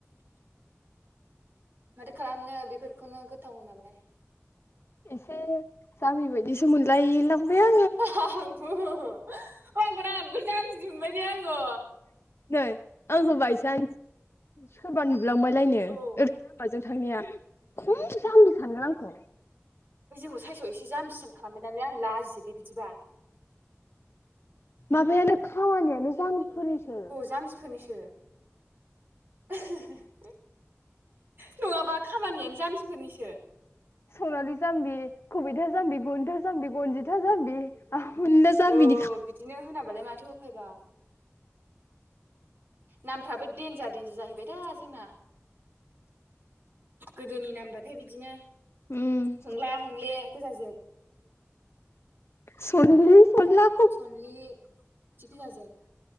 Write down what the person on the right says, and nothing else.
माथो खालामनो बेफोरखौनो गोथाव होनाबालाय।
आंबो ओइ आंखौ आं नोगोर जामबि मोनबाय दे आङो।
औ
ओइ जोंखौ साइसआव एसे जामबिसियान खालामबाय दांलै आं लाजियो दे बिदिबा।
जामबिफोरनिसो <unintelligible> नङाबा खामानियानो जामबिफोरनिसो।
औ बिदिनो होनाबालाय माथो उफाइबाव नामफ्राबो देन्जार देन्जार जाहैबाय दा जोंना। गोदोनि नामबाथाय बिदिनो
हंला हंले गोजाजोब
<unintelligible>